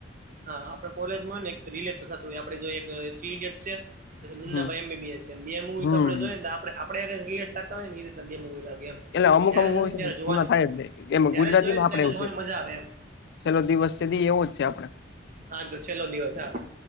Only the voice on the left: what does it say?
હમ
હમ
એટલે અમુક
અમુક મુવીહોય
છે,
જૂના થાય જ નહીં, એમાં
ગુજરાતીમાં
આપડે
એવું
છે.
છેલલો દિવસ છે, દી એવો જ છે, આપડે.